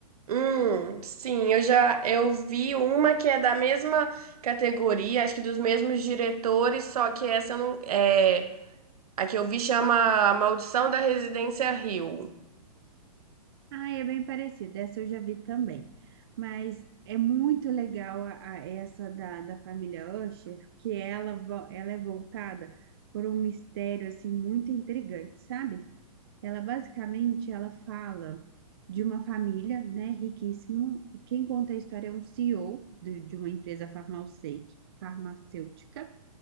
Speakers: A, on the right; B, on the right.
A: Hum, sim, eu já eu vi uma que é da mesma categoria, acho que dos mesmos diretores, só que essa eu não é, a que eu vi chama A Maldição da Residência Hill.
B: Ah, é bem parecida, essa eu já vi também. Mas é muito legal a, a- essa da, da família Usher, que ela, vo- ela é voltada por um mistério assim muito intrigante, sabe? Ela basicamente ela fala de uma família, né, riquíssima. e Quem conta a história é um CEO de, de uma empresa farmacêutica, farmacêutica